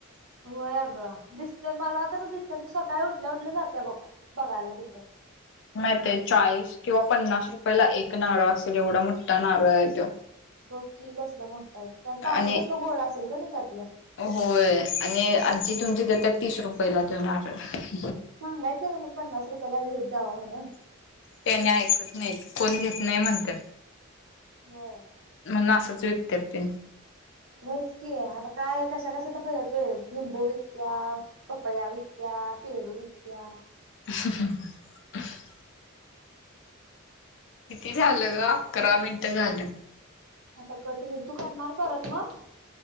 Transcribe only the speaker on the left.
माहित हाय चाळीस किंवा पन्नास रुपयाेला एक नारळ असेल एवढा मोठा नारळ आहे त्यो.
आणि
होय आणि आजी तुमची देत्या तीस रुपयला त्यो नारळ.
त्यांनी ऐकत नाहीत, कोण घेत नाही म्हणतात.
म्हणून असंच विकतात त्यानी
<inaudible> किती झालं ग? अकरा मिनिट झालं.